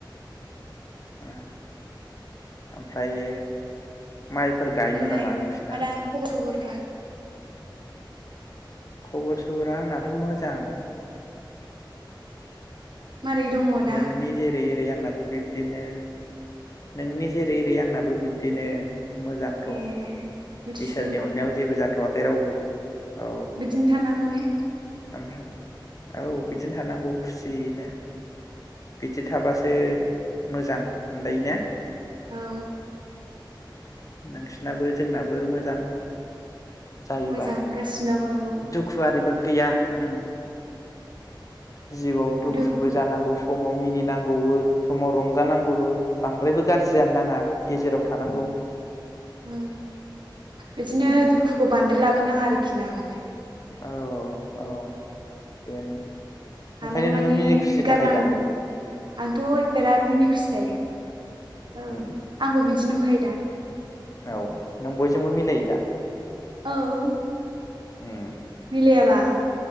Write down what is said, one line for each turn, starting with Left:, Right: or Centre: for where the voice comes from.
Left: ओ ओमफ्रायो माइफोर गायोमोन
Right: नोंनालाय
Left: नामा नोंसिना?
Right: आदा खबर सबरफ्रा
Left: खबर सबरा आंनाथ' मोजां।
Right: मारै दङ दा
Left: नोंनि जेरै एरै आं। आंनाबो बिब्दिनो। नोंनि जेरै एरै आंनाबो बिब्दिनो मोजांथ'
Right: ए बिदिसो
Left: इसोरनि
Right: होमबा
Left: अननायाव जेबो जा थ'वाखै रावबो। औ
Right: बिदिनो थानांगौ ने।
Left: ओमफ्राय औ बिदिनो थानांगौ खुसिनो बिदि थाबासो मोजां मोनलायो ना
Right: औ।
Left: नोंसिनाबो जोंनाबो मोजां। जायोबा
Right: मोजां गासिनाबो औ
Left: दुखु आरिफोर फैया उम जिउआव दुखुबो
Right: दुख
Left: जानांगौ समाव मिनिनांगौबो समाव रंजानांगौबो बांद्रायबो गारजि जानो नांङा गेजेराव थानांगौ
Right: उम बिदिनो
Left: उम
Right: दुखुखौ बांद्राय लाबो बो नांङा आरोखिना ओमफ्राय
Left: औ औ औ बेनो
Right: हानाय
Left: ओंखायनो
Right: मानि
Left: नोङो मिनि खुसि
Right: गारनांगौ।
Left: थाखायो दा
Right: आंथ' बेराद मिनि खुसि थायो औ
Left: उम
Right: आंबो बिदि नुखायो दा
Left: औ नों बयजोंबो मिलायो दा
Right: औ
Left: उम
Right: मिलायाबा